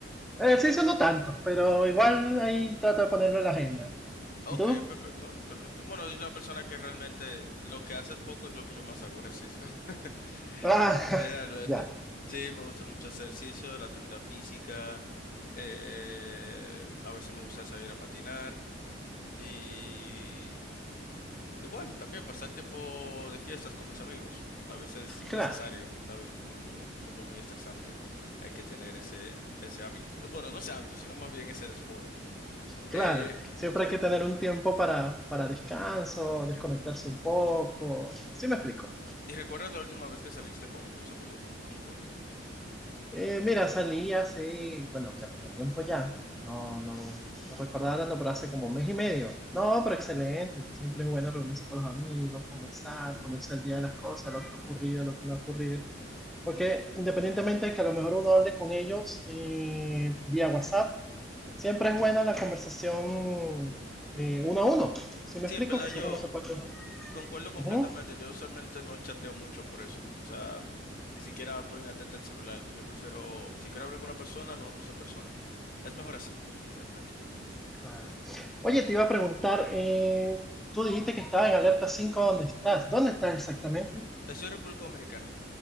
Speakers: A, in the centre; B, on the left.
A: Ejercicio no tanto, pero igual ahí trato de ponerlo en la agenda.
B: Ok,
A: ¿Y tú?
B: perfecto, perfecto. Bueno, soy una persona que realmente lo que hace es poco es lo que yo más hago, ejercicio. <laughs>
A: Ah,
B: Realmente.
A: <laughs> ya,
B: Sí, me gusta mucho hacer ejercicio, la actividad física. eh, a veces me gusta salir a patinar. Y igual, también pasar tiempo de fiestas con mis amigos. A veces necesario,
A: claro,
B: ¿sabes? Un mu- mundo muy estresante. Hay que tener ese, ese hábito. Bueno, no ese hábito, sino más bien ese desfogue. Eh,
A: claro. Siempre
B: claro.
A: hay que tener un tiempo para, para descanso, desconectarse un poco. ¿Sí me explico?
B: ¿Y recuerdas la última vez que saliste con tus amigos? ¿Cómo fue?
A: Eh, mira, salí hace, bueno, ya tengo tiempo ya. No, no, no recordaba tanto, pero hace como mes y medio. No, pero excelente. Siempre es bueno reunirse con los amigos, conversar, ponerse al día de las cosas, lo que ha ocurrido, lo que no ha ocurrido. Porque independientemente de que a lo mejor uno hable con ellos eh, vía WhatsApp, siempre es buena la conversación eh, uno a uno. ¿Sí me
B: Sí,
A: explico?
B: en verdad
A: Que
B: yo
A: uno se puede...
B: concuerdo completamente.
A: Ujú.
B: Yo usualmente no chateo mucho por eso. O sea, ni siquiera estoy mi atenta al celular. Yo prefiero, si quiero hablar con una persona, nos vemos en persona. Es mejor así, realmente.
A: Claro. Oye, te iba a preguntar, eh, tú dijiste que estabas en alerta 5. ¿dónde estás? ¿Dónde estás exactamente?
B: Estoy en República Dominicana.